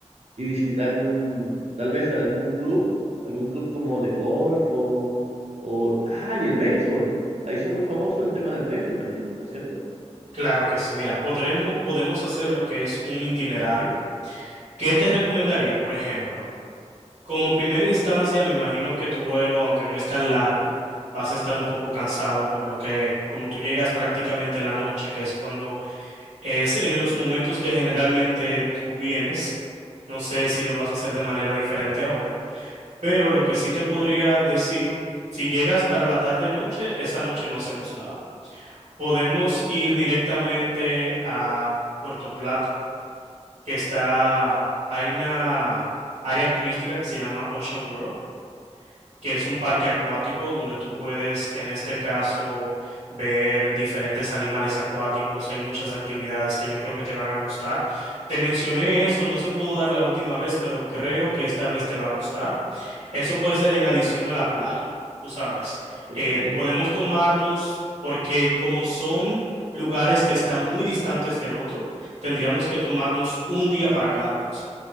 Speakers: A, on the right; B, on the right.
A: y visitar un, tal vez algún club, algún club como de golf o, o- ah, y el béisbol. Ahí hizo muy famoso el tema del béisbol también, ¿no es cierto?
B: Claro que sí. Mira, podremos, podemos hacer lo que es un itinerario. ¿Qué te recomendaría? Por ejemplo, como primera instancia, me imagino que tu vuelo, aunque no es tan largo, vas a estar un poco cansado por lo que, como tú llegas prácticamente en la noche, que es cuando es en los momentos que generalmente tú vienes, no sé si lo vas a hacer de manera diferente ahora, pero lo que sí te podría decir, si llegas para la tarde-noche, esa noche no hacemos nada. Podemos ir directamente a Puerto Plata, que está, hay una área turística que se llama Ocean World, que es un parque acuático donde tú
A: Sí.
B: puedes, en este caso, ver diferentes animales acuáticos. Hay muchas actividades que yo creo que te van a gustar. Te mencioné eso, no se pudo dar la última vez, pero creo que esta vez te va a gustar. Eso puede ser en adición a la playa, tú sabes.
A: Excelente.
B: Eh, podemos tomarnos, porque como son lugares que están muy distantes del otro, tendríamos que tomarnos un día para cada cosa.